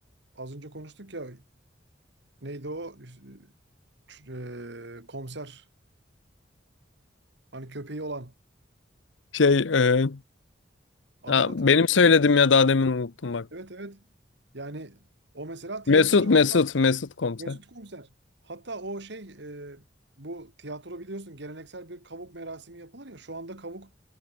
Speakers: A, on the right (about 65°); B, on the left (about 90°).
A: az önce konuştuk ya neydi o Üf, e, komiser hani köpeği olan
B: Şey ee,
A: adını
B: ha,
A: hatırlayamadım
B: benim söyledim ya daha demin unuttum bak.
A: Evet evet. Yani o mesela tiyatrocu
B: Mesut Mesut
A: hatta
B: Mesut komiser.
A: Mesut Komiser. Hatta o şey e, bu tiyatro biliyorsun geleneksel bir kavuk merasimi yapılır ya. Şu anda kavuk